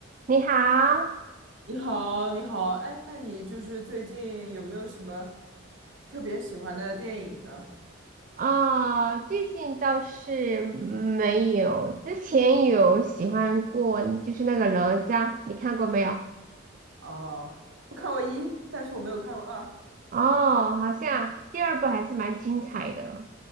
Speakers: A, on the right; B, on the right.
A: 你好，
B: 你好，你好，哎，那你就是最近有没有什么特别喜欢的电影呢？
A: 哦，最近倒是没有，之前有喜欢过，就是那个哪吒，你看过没有？
B: 啊，我看过一，但是我没有看过二。
A: 哦，好像第二部还是蛮精彩的，